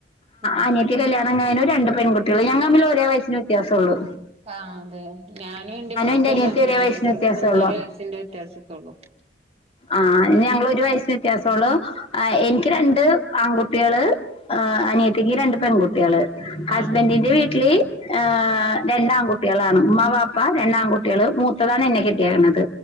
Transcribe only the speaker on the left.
ആനതി കല്യാണംങ്ങാനും ര പെകട്ടിക ഞങ്ങ തമ്മിൽ ഒരേ വയസ്സിന് വ്യത്യാസമുള്ളു
എന്റെ അനിയത്തിയും
ഒരേ വയസ്സിന്
വ്യത്യാസമുള്ളൂ
ആഞങ്ങള് ഒരു വയസിന് വ്യത്യാസസോളോ ആ എനിക്ക് രണ്ട് ആൺകുട്ടികൾ അനിയ ത്തിക്ക് രണ്ട് പെൺകുട്ടികള് ഹസ്ബന്ഡിന്റെ
വീട്ടില് ആ രണ്ടാകുട്ടികളാണ് ഉമ്മ പാപ്പ രണ്ടാ കുട്ടികള് മൂത്തതാണ് എന്നെ കിട്ടിയരിക്കണുന്നത്